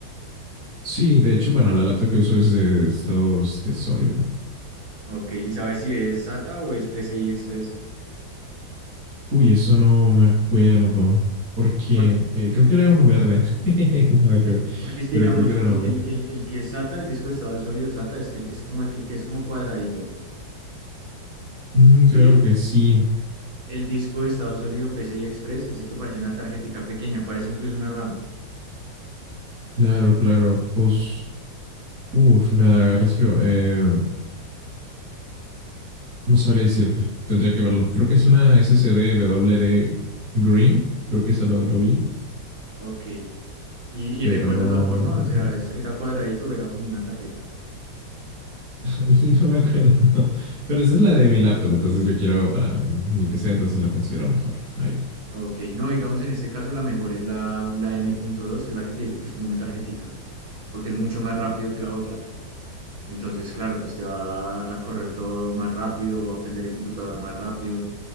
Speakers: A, on the right; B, on the right.
A: Sí, de hecho, bueno, la laptop que uso es de estado este, sólido.
B: Ok, y sabes si es SATA o es PCI Express.
A: Uy, eso no me acuerdo. Porque
B: Por-
A: eh, creo que era uno verde. <laughs> Nada que ver.
B: porque es que,
A: Pero
B: digamos,
A: creo que era
B: el,
A: uno
B: el,
A: verde.
B: el, el que es SATA, el disco de estado sólido SATA, es, que es como el, el que es como cuadradito.
A: Mm, creo
B: Y
A: que sí.
B: el disco de estado sólido PCI Express es el que parece una tarjetica pequeña, parece incluso una RAM.
A: Claro, claro. Pues. uff, me agarras frío. Eh, no sabría decirte. Tendría que verlo. Creo que es una SSD WD Green. Creo que eso lo, lo vi.
B: Ok. Y, y
A: Pero
B: recuerdas
A: no.
B: la forma, o sea,
A: no-
B: es, era cuadradito, era como una tarjeta.
A: <laughs> Y no me acuerdo. Pero esa es la de mi laptop. Entonces yo quiero para mi PC. Entonces lo considero mejor. Ahí.
B: Ok, no, digamos en este caso la mejor es la, la M.2, que es la que te digo que es como una tarjetica, porque es mucho más rápido que la otra. Entonces, claro, pues te va a correr todo más rápido o a aprender el computador más rápido.